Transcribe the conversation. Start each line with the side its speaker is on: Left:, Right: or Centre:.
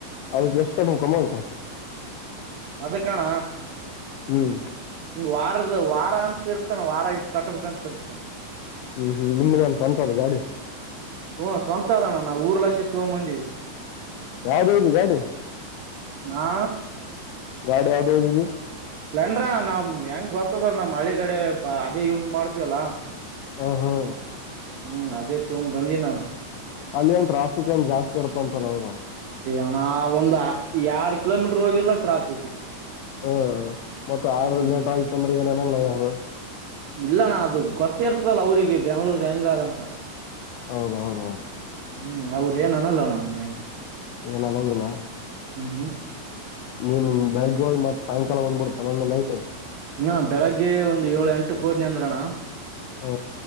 Left: ಅದಕ್ಕೆ ಎಷ್ಟ್ ಕಟ್ಬೇಕ್ ಅಮೌಂಟ್
Right: ಅದೇ ಕಣ
Left: ಹ್ಮ್
Right: ಹಿಂಗ್ ವಾ ವಾರದ ವಾರ ಅಂತ ಇರತ್ತಣ ವಾರ ಇಷ್ಟು ಕಟ್ಬೇಕಂತ್ ಇರುತ್ತೆ.
Left: ಹ್ಮ್ ಹ್ಮ್ ನಿಮ್ದೆನ್ ಸ್ವಂತ ಅದೆ ಗಾಡಿ?
Right: ಹು ಸ್ವಂತದಣ್ಣ ನಾವು ಊರ್ ಲಾಶಿ ಏತ್ಕೊಂಡ್ ಬಂದಿವಿ.
Left: ಯಾವ್ದ್ ಇದು ಗಾಡಿ
Right: ಆ
Left: ಗಾಡಿ ಯಾವ್ದಾದಿದು?
Right: ನಂಡ್ರ ನಮ್ ಹೆಂಗ್ ಗೊತ್ತದಲ್ ನಮ್ ಹಳ್ಳಿಗಡೆ ಬಾ ಅದೇ ಯೂಸ್ ಮಾಡ್ತೇವಲ್ಲ
Left: ಆ ಹಾ
Right: ಹ್ಮ್ ಅದೇ ಸೋನ್ ಬಂದಿಲ್ಲಣ.
Left: ಅಲ್ಲಿ ಏನ್ ಟ್ರಾಫಿಕ್ ಏನ್ ಜಾಸ್ತಿ ಇರತ ಅಂತಲ ಹೌದಾ
Right: ಅಣಾ ಅದೊಂದ್ ಎರಡ್ ಕಿಲೋಮೀಟರ್ ಹೋಗಿಲ್ಲ ಟ್ರಾಫಿಕ್
Left: ಹ್ಮ್ ಮತ್ತೆ ಆರ್
Right: ಹ್ಮ್
Left: ಲೇಟ್ ಆಯತ್ ಅಂದ್ರೆ ಏನ ಲಲ್ಲ ಅವ್ರು
Right: ಇಲ್ಲಣ್ಣ ಅದು ಗೊತ್ತಿ ಇರ್ತದಲ್ಲ ಅವ್ರಿಗೆ ಬೆಂಗ್ಳೂರ್ದ ಹೆಂಗ ಅದಂತ.
Left: ಹೌದೌದ್ ಹೌದು
Right: ಹ್ಮ್ ಅವ್ರೆನ್ ಅನಲ್ಲಣ ಹಂಗೆ
Left: ಏನನ್ನಂಗಿಲ್ಲ
Right: ಊ ಹ್ಮ
Left: ನೀನ್ ಬೆಳಗ್ಗೆ ಹೊಯಿ ಮತ್ ಸಾಯಂಕಾಲ ಬಂದ್ಬಿಡ್ತ ಒಮ್ಮೋಮ್ಮೆ ನೈಟ್
Right: ಹಾ ಬೆಳಿಗ್ಗೆ ಒಂದು ಏಳು ಎಂಟಕ್ಕೆ ಹೋದ್ನಿ ಅಂದ್ರಣ್ಣ
Left: ಹಾ